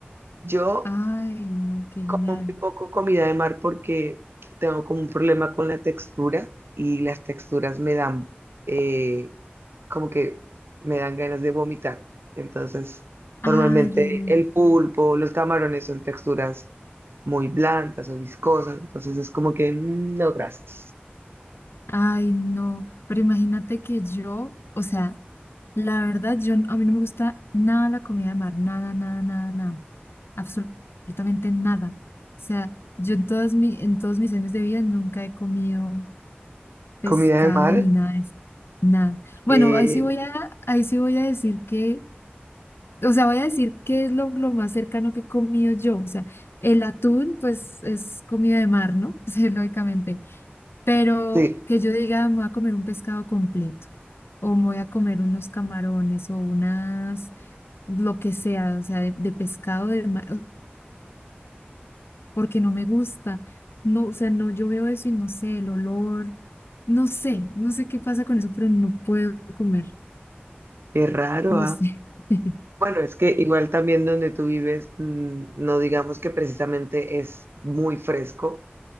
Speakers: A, on the right; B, on the left.
A: Yo
B: Ay, no, qué genial.
A: muy poco comida de mar porque tengo como un problema con la textura y las texturas me dan eh, como que me dan ganas de vomitar. Entonces,
B: Ay,
A: normalmente
B: ay, ay,
A: el pulpo, los camarones son texturas muy blandas o viscosas. Entonces es como que mm, no, gracias.
B: ay, no. Pero imagínate que yo, o sea, la verdad, yo, n- a mí no me gusta nada la comida de mar, nada, nada, nada, nada, absolutamente nada. O sea, yo en todos mi, en todos mis años de vida nunca he comido. pescado
A: Comida de mar,
B: ni nada de eso, nada. Bueno,
A: eh,
B: ahí sí voy a, ahí sí voy a decir que, o sea, voy a decir que es lo, lo más cercano que he comido yo. O sea, el atún, pues, es comida de mar, ¿no? <laughs> Sí, lógicamente. Pero
A: sí,
B: que yo diga, me voy a comer un pescado completo, o me voy a comer unos camarones, o unas, lo que sea, o sea, de, de pescado de mar, porque no me gusta. No, o sea, no, yo veo eso y no sé, el olor, no sé, no sé qué pasa con eso, pero no puedo comer,
A: qué raro,
B: no
A: ¿ah?
B: sé. <laughs>
A: Bueno, es que igual también donde tú vives, mm, no digamos que precisamente es muy fresco,